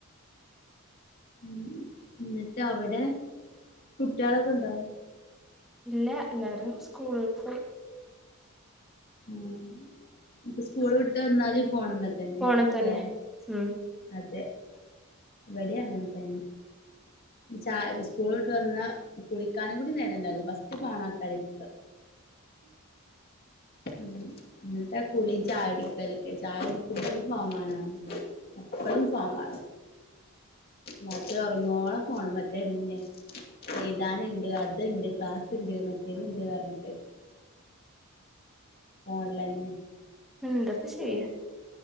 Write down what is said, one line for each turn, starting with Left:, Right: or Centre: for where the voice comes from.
Left: ഉം ഇന്നിട്ട് അവിടെ കുട്ട്യാളെക്കെ ഇണ്ടോ?
Centre: ഇല്ലാ എല്ലാരും സ്കൂള് പോയി
Left: ഉം ഇനിപ്പം സ്കൂള്
Centre: ഇനി
Left: വിട്ട് വന്നാല് ഫോണുമ്മെത്തന്നെ
Centre: ഫോണിൽ
Left: ല്ലേ
Centre: തന്നെ ഉം
Left: അതെ ഇവിടെ അങ്ങൻതെന്നെ ഇനി ചായ സ്കൂള് വിട്ട് വന്നാ കുളിക്കാനും കൂടി നേരെണ്ടാവൂല്ലാ ഫസ്റ്റ് ഫോണാക്കാരം എട്ക്കാ ഉം ഇന്നിട്ടാ കുളിം ചായ കുടിക്കലൊക്കെ ചായ കുടിക്കുമ്പളും ഫോൺ മാണം എപ്പളും ഫോമാണം രാത്രി ഒറങ്ങോളം ഫോമ്മെതെന്നെയാ ഏഴ്താന്ണ്ട് അത്ണ്ട് ക്ലാസ്സ്ണ്ട് മറ്റേത്ണ്ട് പർഞ്ഞിട്ട് ഫോൺലെന്നെ
Centre: എന്താപ്പ ചെയ്യാ